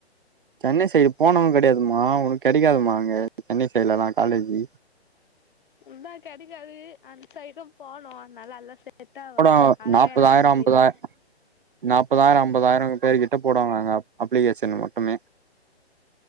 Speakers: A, on the right (about 50°); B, on the left (about 50°).
A: சென்னை சைடு போனவு கெடையாதுமா உங்குளுக் கெடைக்காதுமா அங்க சென்னை சைட்லெல்லா காலேஜி
B: உத்தா கெடைக்காது அந்சைடும் போனோ அத் நல்லால செ செட்டாவாது
A: போட
B: அழகா
A: நாப்பதாயிரோ
B: எல்லஞ்சி
A: அம்பதா
B: போயிட்டு
A: நாப்பதாயிரோ ஐம்பதாயிரோ பேரு கிட்டப் போடுவாங்க அங்க அப்ளிகேஷன் மட்டுமே